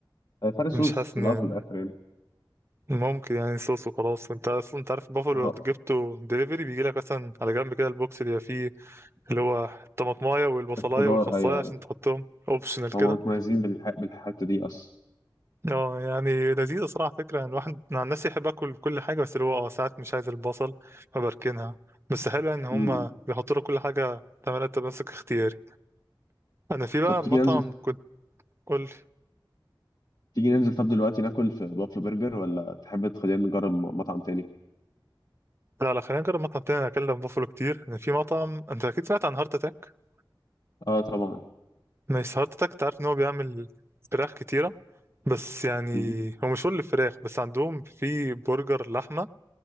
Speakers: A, on the left (about 55°); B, on the right (about 30°).
A: آه، فرق صوص
B: مش حاسس
A: في
B: ان
A: الأول
B: يعني
A: وفي الآخر يعني
B: ممكن يعني صوص وخلاص انت اصلا انت عارف البافلو
A: آه،
B: لو جبته دليفري بيجي لك مثلا على جنب كده البوكس اللي فيه اللي هو الطماطمايه والبصلايه
A: الخضار
B: والخصايه
A: أيوه
B: عشان تحطهم اوبشنال
A: هم
B: كده
A: متميزين بالح... بالحته دي اصلا
B: اه يعني لذيذه صراحه فكره يعني الواحد مع الناس يحب اكل كل حاجه بس اللي هو اه ساعات مش عايز البصل فبركنها بس حلو ان هم
A: امم
B: بيحطوا لك كل حاجه تعملها تمسك اختياري انا في بقى
A: طب تيجي
B: مطعم
A: ننزل
B: كنت قول
A: تيجي ننزل طب دلوقتي ناكل في بافلو برجر ولا تحب تخلينا نجرب م- مطعم تاني
B: لا لا خلينا نجرب مطعم تاني انا اكلم بافلو كتير انا في مطعم انت اكيد سمعت عن هارت اتاك
A: اه طبعا
B: نايس هارت اتاك تعرف ان هو بيعمل فراخ كتيرة بس يعني
A: مم.
B: هو مشهور للفراخ بس عندهم في برجر لحمة